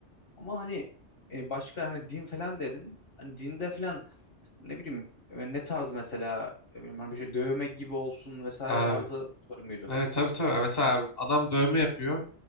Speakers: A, on the left (about 55°); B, on the left (about 35°).
A: Ama hani e, başka hani din falan dedin. Hani dinde falan ne bileyim e, ne tarz mesela e, bilmiyorum, hani bir şey dövme gibi olsun vesaire
B: Abi.
A: tarzı bir soru muydu?
B: Evet tabii tabii. Mesela abi, adam dövme yapıyor.